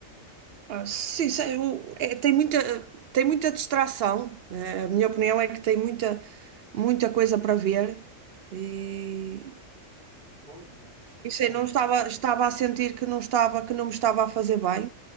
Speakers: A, on the right (about 60°); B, on the left (about 45°).
A: ah, sim, sei, eu- é, tem muita, tem muita distração. né? A minha opinião é que tem muita, muita coisa para ver. E.
B: Pois, mas
A: E
B: pronto,
A: sei, não estava, estava a sentir que não estava, que não me estava a fazer bem.